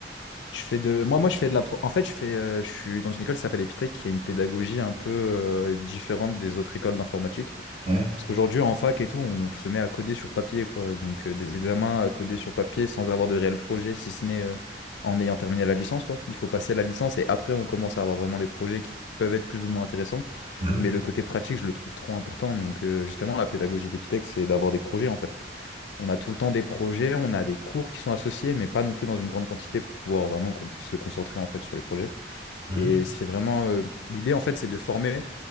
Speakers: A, on the left; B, on the right.
A: Je fais de. Moi, moi, je fais de la. pro- En fait, je fais. euh, je suis dans une école qui s'appelle Epitech, qui a une pédagogie un peu euh, différente des autres écoles d'informatique.
B: Ouais.
A: Parce qu'aujourd'hui, en fac et tout, on se met à coder sur papier, quoi. Donc, euh, des examens à coder sur papier sans avoir de réel projet, si ce n'est euh, en ayant terminé la licence, quoi. Il faut passer la licence et après, on commence à avoir vraiment des projets qui peuvent être plus ou moins intéressants.
B: Hein,
A: Mais le côté pratique, je le trouve trop important. Donc, euh, justement, la pédagogie d'Epitech, c'est d'avoir des projets, en fait. On a tout le temps des projets, on a des cours qui sont associés, mais pas non plus dans une grande quantité pour pouvoir vraiment qu'on puisse se concentrer, en fait, sur les projets.
B: hein,
A: Et c'est vraiment euh, l'idée en fait, c'est de former